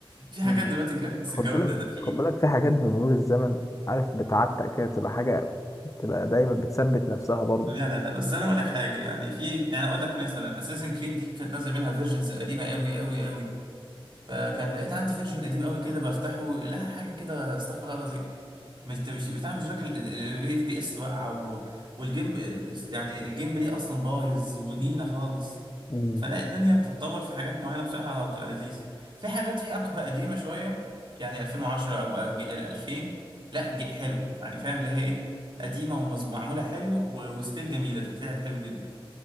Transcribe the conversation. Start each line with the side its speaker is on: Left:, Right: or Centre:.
Right: في حاجات
Left: مم.
Right: دلوقتي جرافيكس
Left: خد
Right: جامده
Left: بالك
Right: ده في
Left: خد بالك في حاجات بمرور الزمن عارف بتعتق كده تبقى حاجه تبقى دايما بتثبت نفسها برضه
Right: لا لا لا بس انا اقول لك حاجه يعني في يعني اقول لك مثلا اساسن كريد دي كانت نازل منها فيرجنز قديمه قوي قوي قوي فكان لقيت عندي فيرجن قديم قوي كده بفتحه لا حاجه كده استغفر الله العظيم مش انت مش بتاع مش راجل اف بي اس واقعه و... والجيم آه، يعني الجيم بلاي اصلا بايظ ونيله خالص
Left: مم.
Right: فلا الدنيا بتتطور في حاجات معينه بصراحه بتبقى لذيذه في حاجات حقبه قديمه شويه يعني 2010 او أج- 2000 لا ج- حلو يعني فاهم اللي هي ايه قديمه ومعموله حلو و... وستيل جميله تتلعب حلو جدا